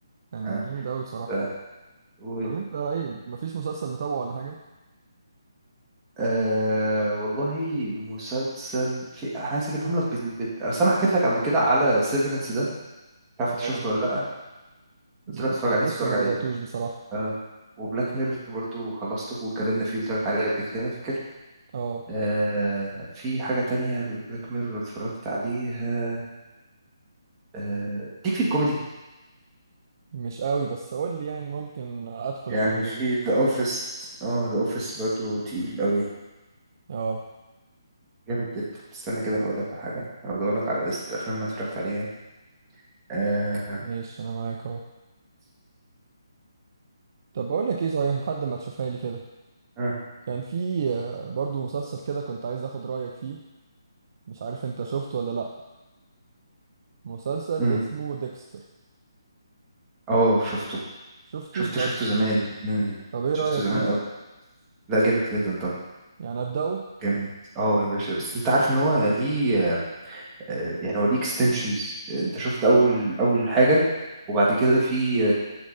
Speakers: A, on the right; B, on the right.
A: كان
B: اه
A: جامد أوي بصراحة
B: آه. و
A: طب انت ايه مفيش مسلسل متابعه ولا حاجة؟
B: آه والله مسلسل في انا عايز اجيبهم لك بال... بال... اصل انا حكيت لك قبل كده على سيفرنس ده مش عارف
A: اه
B: انت شفته ولا لا
A: ده-
B: قلت لك
A: ما-
B: اتفرج عليه تتفرج
A: لسه ما
B: عليه
A: بدأتوش
B: ده
A: بصراحة
B: اه وبلاك ميرور برضو خلصته واتكلمنا فيه قلت لك عليه قبل كده فاكر
A: اه
B: آه في حاجة تانية بلاك ميرور اتفرجت عليها آه ليك في الكوميدي
A: مش قوي بس قول لي يعني ممكن ادخل
B: يعني
A: البيئة
B: في
A: دي
B: ذا اوفيس اه ذا اوفيس برضو تقيل قوي
A: اه
B: جامد جدا استنى كده هقول لك على حاجة انا بدور لك على لستة الافلام اللي أنا اتفرجت عليها آه.
A: ماشي انا معاك اهو طب بقول لك ايه صحيح لحد ما تشوفها لي كده
B: اه
A: كان في آه، برضو مسلسل كده كنت عايز اخد رأيك فيه مش عارف انت شفته ولا لا مسلسل
B: أمم.
A: اسمه ديكستر
B: أوه، شفته
A: شفته
B: شفته
A: طب
B: شفته زمان أمم.
A: طب ايه
B: شفته
A: رأيك
B: زمان
A: فيه
B: قوي لا جامد جدا طب
A: يعني ابدأه
B: جامد اه يا باشا بس انت عارف ان هو ليه آه، يعني هو ليه اكستنشنز انت شفت اول اول حاجة وبعد كده في